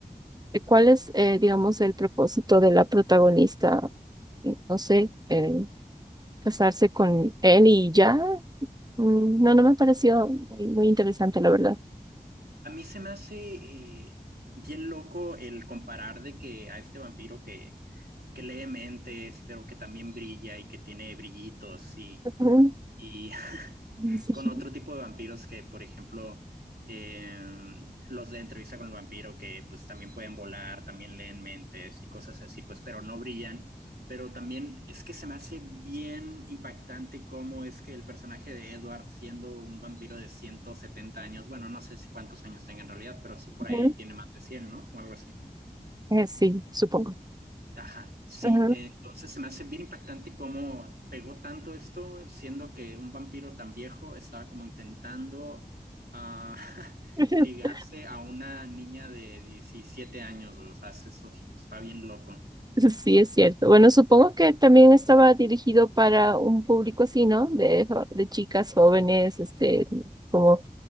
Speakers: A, on the right; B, on the right.
A: eh, ¿cuál es, eh, digamos, el propósito de la protagonista? Eh, No sé, eh, casarse con él y ya. Mm, No, no me pareció muy, muy interesante, la verdad.
B: A mí se me hace eh, bien loco el comparar de que a este vampiro que que lee mentes, pero que también brilla y que tiene brillitos y,
A: Ujú.
B: y <laughs>
A: Sí,
B: con otro tipo de vampiros que, por ejemplo, eh, los de entrevista con el vampiro que pues también pueden volar, también leen mentes y cosas así, pues pero no brillan, pero también es que se me hace bien impactante cómo es que el personaje de Edward siendo un vampiro de 170 años, bueno, no sé si cuántos años tenga en realidad, pero sí por
A: ujú.
B: ahí tiene más de 100, ¿no? O algo así.
A: Eh, sí, supongo.
B: Ajá, sí,
A: Ujú.
B: eh, entonces se me hace bien impactante cómo pegó tanto esto, siendo que un vampiro tan viejo estaba como intentando ah, <laughs>
A: <laughs>
B: ligarse a una niña de 17 años, o sea, eso está bien loco.
A: Sí, es cierto. Bueno, supongo que también estaba dirigido para un público así, ¿no? De, jo- de chicas jóvenes, este, como